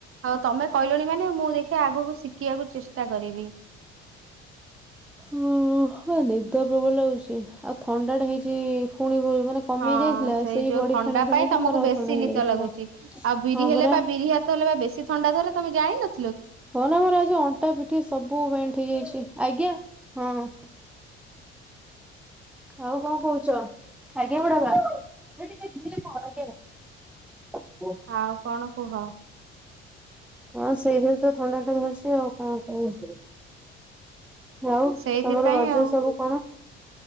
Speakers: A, on the right (about 40°); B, in the centre.
A: ଆଉ ତମେ କହିଲଣି ମାନେ ମୁଁ ଦେଖି ଆଗକୁ ଶିଖିବାକୁ ଚେଷ୍ଟା କରିବି।
B: ହ ହ ନିଦ ପ୍ରବଳ ଲାଗୁଛି ଆଉ ଥଣ୍ଡା ଟା ହେଇଛି ପୁଣି ବ- ମାନେ କମି
A: ହଁ
B: ଯାଇଥିଲା
A: ସେଇ ଯୋଉ
B: ବଡି
A: ଥଣ୍ଡା
B: ଫେଣେଇ ଫେଣେଇକି
A: ପାଇଁ ତମକୁ
B: ମୋର
A: ବେଶୀ
B: ଥଣ୍ଡା ହେଇଯାଇଛି
A: ନିଦ ଲାଗୁଛି
B: ପୁରା
A: ଆଉ ବିରି
B: ହଁ
A: ହେଲେ
B: ପରା
A: ବା ବିରି ହାତ ହେଲେ ବା ବେଶୀ ଥଣ୍ଡା ଧଲେ ତମେ ଜାଣିନ କି?
B: ହଁ ନା ମୋର ଆଜି ଅଣ୍ଟା ପିଠି ସବୁ ବେଣ୍ଟ ହେଇଯାଇଛି। ଆଜ୍ଞା ହଁ। ଆଉ କଣ କହୁଛ ଆଜ୍ଞା ବଡ଼ବାପା
A: ଆଉ କଣ କୁହ?
B: ହଁ ସେଇରା ତ ଥଣ୍ଡା ଟା ଧରିଛି ଆଉ କଣ କର ଆଉ
A: ସେଇଥିପାଇଁ
B: ତମର ରଜ
A: ଆଉ।
B: ସବୁ କଣ?